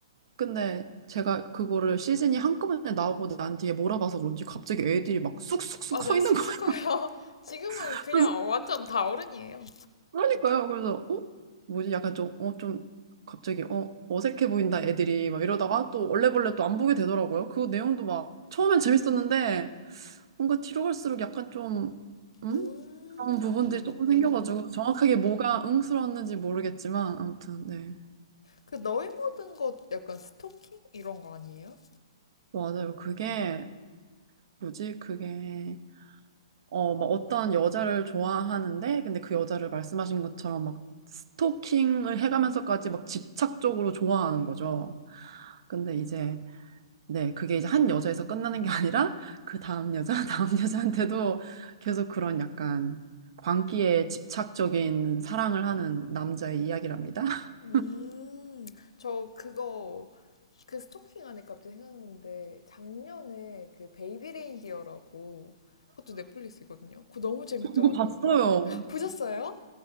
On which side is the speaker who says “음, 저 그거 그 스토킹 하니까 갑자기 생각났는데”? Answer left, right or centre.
Left